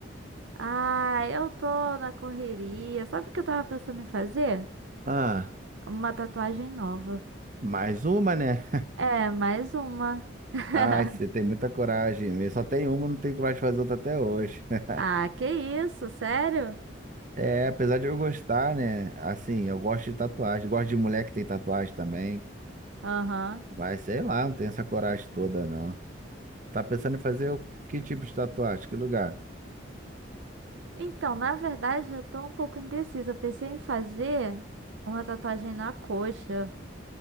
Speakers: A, on the right; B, on the right.
A: Ah, eu tô na correria. Sabe o que eu tava pensando em fazer?
B: Ah,
A: Uma tatuagem nova.
B: Mais uma, né?
A: É, mais uma.
B: <laughs>
A: <laughs>
B: Ai, você tem muita coragem. Eu só tenho uma, não tenho coragem de fazer outra até hoje. <laughs>
A: Ah, que isso, sério?
B: É, apesar de eu gostar, né? Assim, eu gosto de tatuagem, gosto de mulher que tem tatuagem também.
A: Aham.
B: Mas sei lá, não tenho essa coragem toda, não. Tá pensando em fazer o que tipo de tatuagem? Que lugar?
A: Então, na verdade, eu tô um pouco indecisa. Eu pensei em fazer uma tatuagem na coxa,